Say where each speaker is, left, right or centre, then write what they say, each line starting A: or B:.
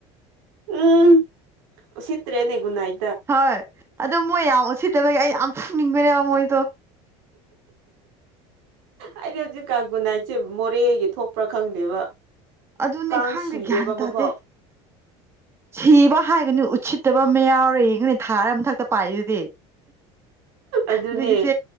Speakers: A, on the right (about 85°); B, on the right (about 20°).
A: ꯎꯝ ꯆꯤꯠ꯭ꯔꯦ ꯅꯒꯨꯅꯥꯏ
B: ꯍꯣꯏ ꯑꯗꯨ ꯃꯣꯏ ꯌꯥꯝ ꯁꯤꯠꯇꯕꯒꯤ ꯑꯩ ꯌꯥꯝ ꯐꯪꯅꯤꯡꯕꯅꯦꯕ ꯃꯣꯏꯗꯣ
A: ꯑꯩꯗꯤ ꯍꯧꯖꯤꯛ ꯀꯥꯡꯒꯨꯟ ꯍꯥꯏꯁꯦ ꯃꯣꯔꯦꯒꯤ ꯊꯣꯛꯄ꯭ꯔꯥ ꯈꯪꯗꯦꯕ
B: ꯑꯗꯨꯅꯦ
A: ꯀꯥꯡ
B: ꯈꯥꯡꯗꯦ
A: ꯁꯤꯗꯦꯕ
B: ꯒ꯭ꯌꯥꯟ
A: ꯑꯃꯐꯥꯎ
B: ꯇꯥꯗꯦ ꯁꯤꯕ ꯍꯥꯏꯕꯅꯤ ꯎꯠꯁꯤꯠꯇꯕ ꯑꯃ ꯌꯥꯎꯔꯦ ꯊꯥꯔ ꯃꯊꯛꯇ ꯄꯥꯏꯗꯨꯗꯤ
A: ꯑꯗꯨꯅꯦ
B: ꯑꯗꯒꯤ ꯆ